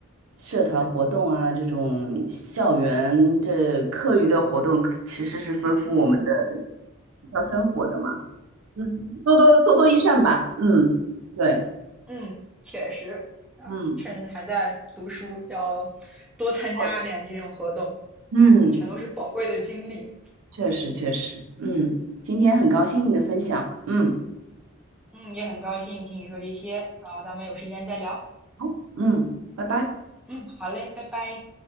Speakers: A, on the right; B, in the centre.
A: 社团活动啊，这种校园这课余的活动，其实是丰富我们的学校生活的嘛，嗯，多多多多益善吧，嗯，对，
B: 嗯，确实啊，
A: 嗯，
B: 趁还在读书，要多参加一点这种活动，
A: 好的嗯，
B: 全都是宝贵的经历。
A: 确实确实，嗯，今天很高兴你的分享，嗯，
B: 嗯，也很高兴听你说这些，然后咱们有时间再聊。
A: 好，嗯，拜拜。
B: 嗯，好嘞，拜拜。